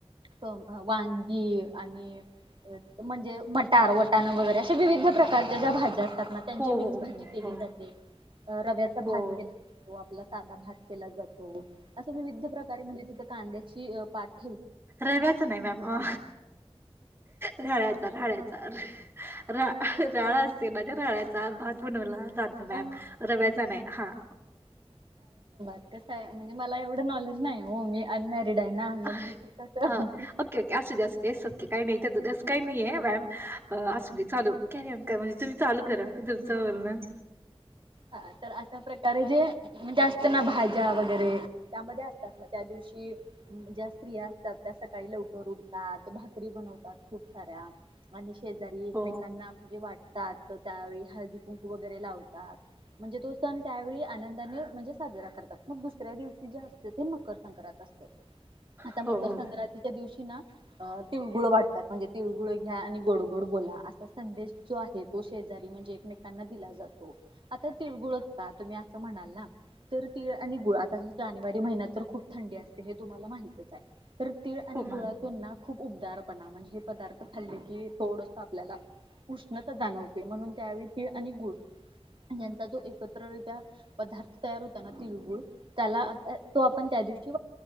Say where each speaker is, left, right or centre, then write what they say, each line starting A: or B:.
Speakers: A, on the right (about 55°); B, on the right (about 20°).
A: अं ऽऽवांगी आणि म्हणजे मटार वटाणं वगैरे. अशे विविध प्रकारच्या ज्या भाज्या असतात.. त्या. मग त्यांची
B: हो
A: मिक्स
B: हो
A: भाजी
B: हो
A: केली
B: हो
A: जाते, अऽऽरव्याचा
B: हो
A: भात केला जातो आपला.. साधा भात केला जातो,, अस विविध प्रकारे म्हणजे तिथ कांद्याची अ ऽऽपात
B: रव्याचा नाही मॅम,, अ रहाळ्याचा हळ्याचा रा राळा असते माजे राळ्याचा भात बनवला. जातो मॅम,,
A: हा
B: रव्याचा नाही,, हा.
A: कस आहे, म्हणजे मला एवढं नॉलेज नाही हो,, मी अनमॅरिड आहे,, ना मग... मी
B: हा,,
A: कसं
B: ओके ओके असूदे असूदे ईटस ओके,, तसं काही नाही, मॅम.. अ ऽअस दे चालू,, कॅरीआॉन करा म्हणजे तुम्ही चालू करा तुमचं बोलणं..
A: हा तर अशा प्रकारे जे,,, म्हणजे असत ना भाज्या वगैरे,,, त्यामध्ये असतात ना त्या दिवशी.. कि ज्या स्त्रिया असतात त्या सकाळी लवकर उटतात,, भाकरी बनवतात खूप साऱ्या.. आणि शेजारी एकमेकांना
B: हो
A: म्हणजे वाटतात,,, त्यावेळी हळदी कुंकू वगैरे लावतात.. म्हणजे तो सण त्यावेळी आनंदाने म्हणजे साजरा करतात मग दुसऱ्या दिवशी जे असते ते मकर संक्रात असते आता
B: हो
A: मकर
B: हो
A: संक्रांतीच्या दिवशी ना अं तिळगुळ वाटतात म्हणजे तिळगुळ घ्या आणि गोड गोड बोला असा संदेश जो आहे शेजारी म्हणजे एकमेकांना दिला जातो आता तिळगुळ घ्या तुमी असं म्हणाल ना तर तीळ आणि गुळ आता जानेवारी महिन्यात तर खूप थंडी असते हे तुम्हाला माहितच आहे तर तीळ आणि
B: हो
A: गुळातून
B: मॅम
A: ना खूप उबदारपणा म्हणजे हे पदार्थ खाल्ले की थोडंस आपल्याला उष्णता जाणवते म्हणून त्यावेळी तीळ आणि गुळ यांचा जो एकत्रितरित्या पदार्थ तयार होतो ना तिळगुळ त्याला तो आपण त्या दिवशी